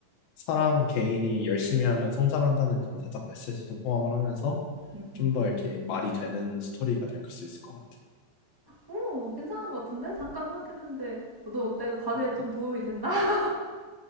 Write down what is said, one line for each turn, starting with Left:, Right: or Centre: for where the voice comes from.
Left: 사람 개인이 열심히 하면 성장한다는 그런 살짝 메시지도 포함을 하면서
Right: 음음음어
Left: 좀 더 이렇게 말이 되는 스토리가 될 수 있을 것 같아.
Right: 오, 괜찮은 것 같은데? 잠깐 생각했는데, 너 어때? 너 과제에
Left: 음.
Right: 좀 도움이 됐나? <laughs>